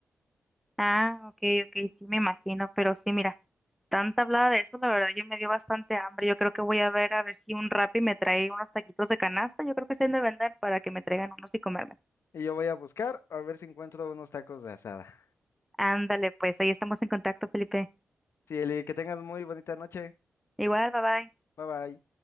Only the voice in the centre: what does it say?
Ah, ok, ok, sí, me imagino, pero sí, mira. tanta hablada de esto, la verdad yo me dio bastante hambre. Yo creo que voy a ver a ver si un Rappi me trae unos taquitos de canasta. Yo creo que se han de vender para que me traigan unos y comerme.
Ándale, pues ahí estamos en contacto, Felipe.
Igual, bye bye.